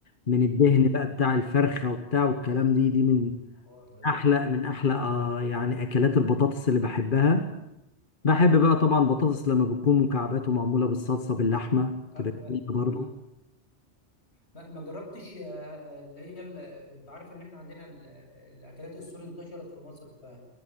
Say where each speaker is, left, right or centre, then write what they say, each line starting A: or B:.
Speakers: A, on the left (about 50°); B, on the left (about 75°).
A: من الدهن
B: أمم.
A: بقى بتاع الفرخة وبتاع والكلام دي دي من
B: الحوار ده
A: احلى من احلى آه يعني اكلات البطاطس اللي بحبها بحب بقى طبعا بطاطس لما بتكون مكعبات ومعموله بالصلصه باللحمه
B: أه،
A: تبقى
B: لا.
A: جميله برضو
B: أمم. ما ما جربتش آه، آه، اللي هي ال- انت عارف ان احنا عندنا ال- الاكلات السوري انتشرت في مصر فما